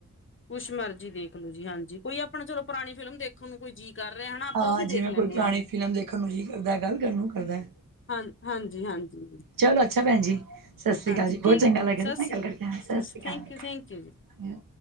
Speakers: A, on the left; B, on the right.
A: ਕੁਛ। ਮਰਜ਼ੀ ਦੇਖਲੋ ਜੀ ਹਾਂਜੀ ਕੋਈ ਆਪਣਾ ਚਲੋ ਪੁਰਾਣੀ ਫਿਲਮ ਦੇਖੋ ਨੂੰ ਕੋਈ ਜੀ। ਕਰ ਰਹੇ ਹਨਾ ਆਪਾਂ
B: ਹਾਂ
A: ਉਹ ਵੀ
B: ਜਿਵੇਂ
A: ਦੇਖ ਲੈਂਨੇ।
B: ਕੋਈ ਪੁਰਾਣੀ ਫਿਲਮ ਦੇਖਣ ਨੂੰ ਜੀ ਕਰਦਾ ਗੱਲ ਕਰਨ ਨੂੰ ਕਰਦਾ
A: ਹਾਂ ਹਾਂਜੀ- ਹਾਂਜੀ।
B: ਚਲੋ, ਅੱਛਾ। ਭੈਣ ਜੀ। ਸਤਿ ਸ੍ਰੀ
A: ਹਾਂਜੀ
B: ਅਕਾਲ ਜੀ
A: ਠੀਕ
B: ਬਹੁਤ ਚੰਗਾ ਲੱਗਿਆ
A: ਸਤਿ
B: ਤੁਹਣਾ
A: ਸ੍ਰੀ
B: ਗੱਲ ਕਰਕੇ ਸਤਿ
A: ਸਸ
B: ਸ੍ਰੀ ਅਕਾਲ
A: ਥੈਂਕ ਯੂ ਥੈਂਕ ਯੂ ਜੀ।